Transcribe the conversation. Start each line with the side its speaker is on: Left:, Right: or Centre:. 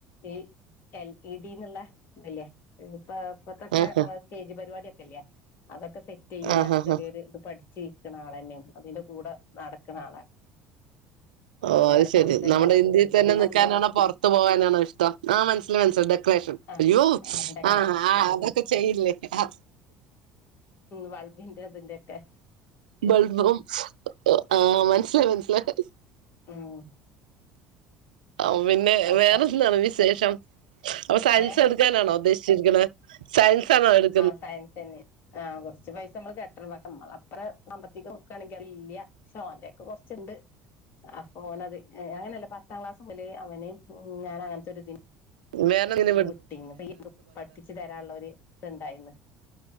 Left: ഈ എൽ സി ഡിന്നുള്ള ത് ല്ലേ ഇപ്പ ഇപ്പത്തൊക്കെ
Right: ആഹ്
Left: സ്റ്റേജ് പരിപാടിയൊ ക്കെല്ലേ അതൊക്കെ സെറ്റ്യ്യ്ണ
Right: ആഹ് ആഹ്
Left: ചെറിയൊരു ത് പഠി ചിര്ക്ക്ണാളന്നെ അതിന്റെ കൂടെ നടക്ക്ണ ആളാണ്.
Right: ആഹ്
Left: എന്താ
Right: അഅ് ശെരി
Left: പന്തലിന്റെ
Right: നമ്മുടെ
Left: വർക്കില്ലേ
Right: ഇന്ത്യയിൽ തന്നെ
Left: പന്തല്
Right: നിക്കാനാണോ പൊറത്തു പോവാനാണോ ഇഷ്ടം. ആഹ് മനസ്സില് മനസ്സില ഡെക്കറേഷൻ.
Left: ആഹ്
Right: അയ്യോ
Left: ഡെക്കറെ
Right: ആഹ് ആഹ് അതൊക്കെ ചെയ്യില്ലേ ആഹ്
Left: വൾബിന്റെ ഇതിന്റെ എക്കെ
Right: ബൾനറും ആഹ് മൽസിലായ് മൻസിലായ്
Left: ഉം
Right: ആഹ് ഒ പിന്നെ
Left: അപ്പൊ
Right: വേറെന്താണ് വിസേഷം അപ്പൊ സയൻസ്
Left: ഏഹ്
Right: എട്ക്കാനാണോ ഉദ്ദേശിച്ചിരിക്ക്ണേ സയൻസാണോ എട്
Left: ആഹ് സയൻസെന്നേണ് ആഹ് കൊറച്ച് പൈസ ഇമ്മള് കെ ട്ടണം പക്ഷെ ഇമ്മളെ അത്രെ സാമ്പത്തികം നോക്കാണെങ്കി അത് ഇല്ല്യ പക്ഷെ ഓന്റേക്കെ കൊർച്ച് ഇണ്ട് അപ്പൊഓനത് അങ്ങനെല്ല പത്താം ക്ലാസ് മുതലേ അവനേം ഞാന് അങ്ങൻത്തൊര് ഇതിന്
Right: വേറെ ഇതിന്
Left: നു വിട്ടീന്ന് ഇപ്പ ഈ പഠിപ്പിച്ചത് ആര തായെ ഇള്ളാേര് ഇവടെ ഇണ്ടായ്ന്ന്